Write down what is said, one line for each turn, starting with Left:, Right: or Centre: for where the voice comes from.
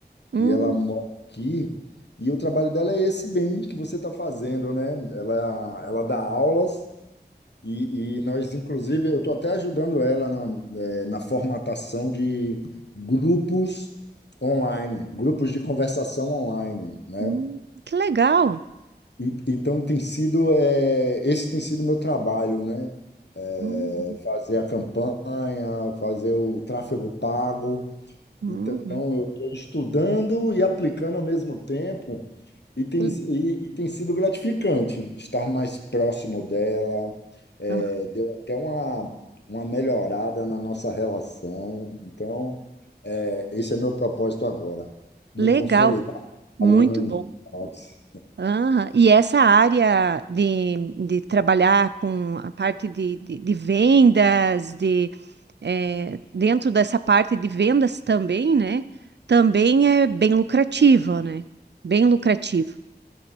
Right: Hum,
Left: e ela mora aqui. E o trabalho dela é esse bem que você está fazendo, né? Ela, ela dá aulas e, e nós, inclusive, eu estou até ajudando ela na, eh, na formatação de grupos online, grupos de conversação online, né?
Right: hum, que legal.
Left: E- Então tem sido é, esse tem sido o meu trabalho, né? É,
Right: Uhum.
Left: fazer a campanha, fazer o tráfego pago.
Right: Uhum,
Left: Então eu estou estudando e aplicando ao mesmo tempo e tem,
Right: que le-
Left: e, e tem sido gratificante estar mais próximo dela. É,
Right: ah.
Left: deu até uma, uma melhorada na nossa relação. Então é, esse é meu propósito agora, me
Right: Legal.
Left: consolidar
Right: Muito
Left: trabalhando em
Right: bom.
Left: Ops.
Right: Aham. E essa área de, de trabalhar com a parte de, de, de vendas, de, eh, dentro dessa parte de vendas também, né? Também é bem lucrativa, né? Bem lucrativa.